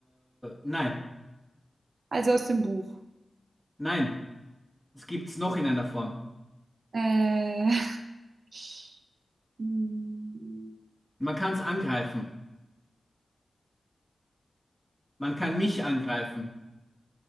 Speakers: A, in the centre; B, on the right (about 70°).
A: nein,
B: also aus dem Buch?
A: nein. Was gibt's noch in einer Form?
B: Äh, <laughs> hm,
A: Man kann es angreifen. Man kann mich angreifen.